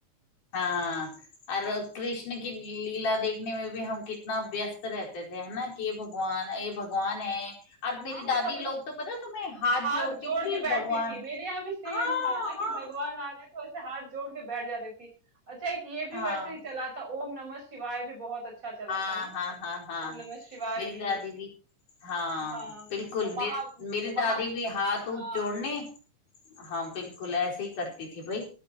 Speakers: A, on the left; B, on the right.
A: हाँ और कृष्ण की लीला देखने में भी हम कितना व्यस्त रहते थे है ना कि ये भगवान ये भगवान है और मेरी
B: हाँ
A: दादी
B: सब
A: लोग
B: लोग
A: तो पता तुम्हें हाथ
B: हाथ
A: जोड़ती
B: जोड़
A: थी
B: के बैठती
A: भगवान
B: थी मेरे यहाँ भी सेम
A: हाँ
B: था ना कि
A: हाँ
B: भगवान आ रहे हैं तो ऐसे हाथ जोड़ के बैठ जाती थी अच्छा एक ये भी
A: हाँ
B: वैसे ही चला था ओम नमः शिवाय भी बहुत अच्छा चला
A: हाँ
B: था ना
A: हाँ हाँ हाँ
B: ओम नमः शिवाय
A: मेरी
B: भी
A: दादी भी हाँ
B: हाँ
A: बिल्कुल
B: और
A: मेरी
B: महा
A: मेरी
B: महा
A: दादी भी हाथ ऊथ
B: हाँ
A: जोड़ने हाँ बिल्कुल ऐसे ही करती थी भाई